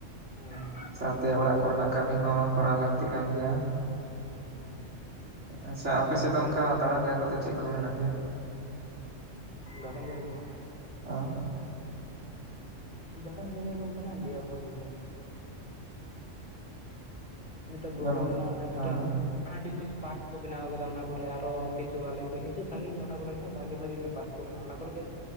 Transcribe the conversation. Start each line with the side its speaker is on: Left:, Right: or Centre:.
Left: ᱦᱮᱸ
Right: ᱥᱟᱶᱛᱮ ᱚᱲᱟᱜ ᱠᱚᱨᱮᱱᱟᱜ ᱠᱟᱹᱢᱤ ᱦᱚᱸ ᱠᱚᱨᱟᱣ ᱞᱟᱹᱠᱛᱤ ᱠᱟᱱ ᱜᱮᱭᱟ
Left: ᱦᱮᱸ
Right: ᱟᱪᱪᱷᱟ ᱟᱯᱮ ᱥᱮᱫ ᱫᱚ ᱚᱱᱠᱟ ᱫᱟᱲᱟᱱ ᱡᱟᱭᱜᱟ ᱠᱚ ᱫᱚ ᱪᱮᱫ ᱠᱚ ᱢᱮᱱᱟᱜ ᱜᱮᱭᱟ
Left: ᱫᱟᱲᱟᱱ ᱡᱟᱭᱜᱟ ᱠᱚ
Right: ᱦᱚᱸ
Left: ᱫᱟᱲᱟᱱ ᱡᱟᱭᱜᱟ ᱫᱚ ᱢᱮᱱᱟᱜ ᱜᱮᱭᱟ ᱵᱷᱟᱜᱤ ᱜᱮ ᱢᱤᱫᱴᱮᱱ ᱵᱩᱨᱩ
Right: ᱡᱮᱢᱚᱱ
Left: ᱢᱮᱱᱟᱜᱼᱟ ᱚᱸᱰᱮ ᱢᱤᱫᱴᱮᱱ
Right: ᱦᱮᱸ
Left: ᱟᱹᱰᱤ ᱢᱚᱸᱡᱽ ᱯᱟᱨᱠ ᱠᱚ ᱵᱮᱱᱟᱣ ᱟᱠᱟᱫᱟ ᱚᱱᱟ ᱠᱚᱨᱮ ᱟᱨᱦᱚᱸ ᱠᱤᱪᱷᱩ ᱟᱞᱮ ᱠᱷᱚᱡ ᱠᱤᱪᱷᱩ ᱥᱟᱺᱜᱤᱧ ᱧᱚᱜ ᱚᱱᱟ ᱠᱚᱨᱮᱸ ᱵᱷᱟᱜᱤ ᱵᱷᱟᱜᱤ ᱜᱮ ᱯᱟᱨᱠ ᱠᱚ ᱢᱮᱱᱟᱜᱼᱟ ᱚᱱᱟ ᱠᱚᱨᱮ ᱜᱮ